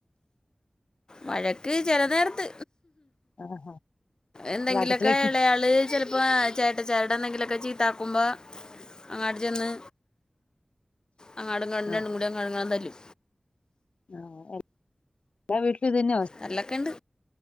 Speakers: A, on the left (about 40°); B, on the left (about 70°).
A: വഴക്ക് ചെല നേരത്ത്
B: ആഹ്
A: എന്തെങ്കിലൊക്കെ
B: അത് അടുക്കളേക്ക്
A: എളയാള് ചെല ഇപ്പാ ചേട്ട ചേട്ടനെന്തെങ്കിലൊക്കെ ചീത്താക്കുമ്പാ അങ്ങാട്ട് ചെന്ന് അങ്ങാടും ഇങ്ങാണ്ട്
B: ആഹ്
A: രണ്ടും കൂടി അങ്ങാടും ഇണ്ടാടും തല്ലും
B: ആഹ് എല്ലാ വീട്ടിലും ഇതന്നാ അവസ്
A: തല്ലൊക്കൊണ്ട്